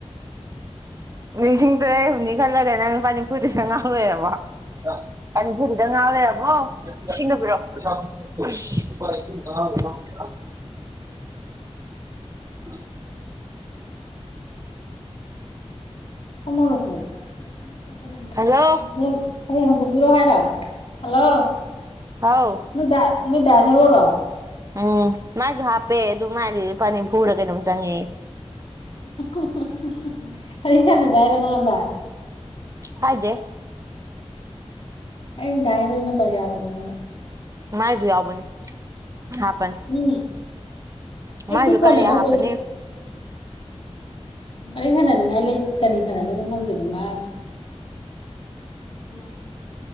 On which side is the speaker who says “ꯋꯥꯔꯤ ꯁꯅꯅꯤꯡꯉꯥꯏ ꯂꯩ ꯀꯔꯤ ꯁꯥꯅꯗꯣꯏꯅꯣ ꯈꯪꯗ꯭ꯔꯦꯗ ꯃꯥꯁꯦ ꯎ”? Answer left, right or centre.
Left